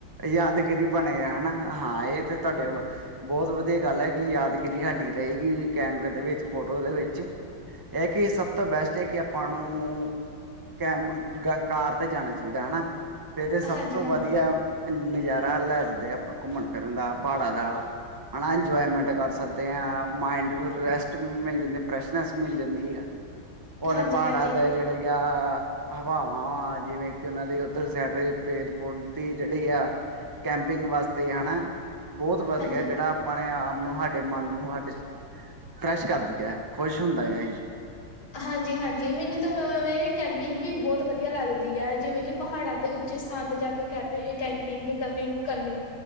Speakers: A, on the right; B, on the left.
A: ਯਾਦਗਿਰੀ ਬਣੇ ਹਨਾ ਹਾਂ ਏ ਤੇ ਤਾਡੇ ਬੋਤ ਵਧੀਆ ਗੱਲ ਐ ਕਿ ਯਾਦਗਿਰੀ ਹਾਡੀ ਰਏਗੀ ਕੈਮਰੇ ਦੇ ਵੇਚ ਫੋਟੋ ਦੇ ਵੇਚ। ਐ ਕਿ ਸਭ ਤੋਂ ਬੈਸਟ ਹੈ, ਕਿ ਆਪਾਂ ਨੂੰ ਕੈਮ ਕਾਰ ਤੇ ਜਾਨਾ ਚਾਈਦਾ ਹਨਾ, ਫੇਰ ਏ ਸਭ
B: ਹਾਂਜੀ
A: ਤੋਂ
B: ਹਾਂਜੀ
A: ਵਧੀਆ ਨਜ਼ਾਰਾ ਲੈ ਸਕਦੇ ਆ, ਆਪਾਂ ਘੁੰਮਨ-ਫਿਰਨ ਦਾ, ਪਾੜਾਂ ਦਾ। ਹਨਾ ਇੰਜੋਏਮੈਂਟ ਕਰ ਸਕਦੇ ਆ, ਮਾਇੰਡ ਨੂੰ ਰੈਸਟ ਮਿਲ ਜਾਂਦੀ ਐ, ਫਰੈਸ਼ਨੈਸ ਮਿਲ ਜਾਂਦੀ ਐ।
B: <inaudible>
A: ਉਲੇ ਪਾੜਾਂ
B: ਹਾਂਜੀ
A: ਦੇ ਜੇੜੇ ਈ ਯਾਂ ਹਵਾਵਾਂ ਵਾ ਜਿਵੇਂ ਕਿ, ਓਨਾ ਦੇ ਓਥੇ ਸੈਡ ਤੇ ਪੇੜ- ਪੌਦ ਦੀ ਜੇੜੀ ਆ, ਕੈਂਪਿੰਗ ਵਾਸਤੇ ਜਾਨੈ, ਬੋਹਤ ਵਧੀਆ
B: ਹਾਂਜੀ
A: ਜਡਾ ਅਪਣੇ ਆਪ ਨੂੰ, ਹਾਡੇ ਮਨ ਨੂੰ, ਹਾਡੇ ਫਰੈਸ਼ ਕਰਦੀ ਐ, ਖੁਸ਼ ਹੁੰਦਾ ਏ
B: ਹਾਂਜੀ- ਹਾਂਜੀ। ਮੈਨੂੰ ਤਾਂ ਓ ਓਵੇਂ ਕੈਂਪਿੰਗ ਵੀ ਬੋਤ ਵਧੀਯਾ ਲੱਗਦੀ ਯੈ। ਜਿਵੇਂ ਕਿ ਪਹਾੜਾਂ ਦੇ ਉੱਚੇ ਸਥਾਨ ਤੇ ਜਾ ਕੇ, ਕੈਪ ਕੈਂਪਿੰਗ, ਕਪਿੰਗ ਕਰਨੀ,